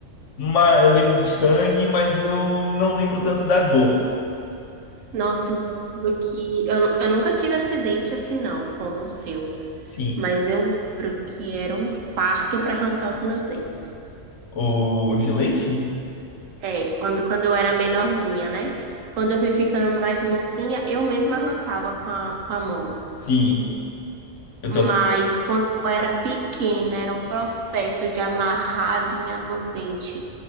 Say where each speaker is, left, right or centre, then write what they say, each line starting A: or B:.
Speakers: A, on the left (about 70°); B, on the right (about 80°).
A: ma- eu lembro do sangue, mas eu não lembro tanto da dor.
B: Nossa, eu lembro que. Eu, eu nunca tive acidente assim, não, como o seu.
A: Sim.
B: Mas eu lembro que era um parto para arrancar os meus dentes.
A: O gilete?
B: É, quando, quando eu era menorzinha, né? Quando eu fui ficando mais mocinha, eu mesma arrancava com a, com a mão.
A: Sim, eu
B: Mas
A: também.
B: quando eu era pequena, era um processo de amarrar a linha no dente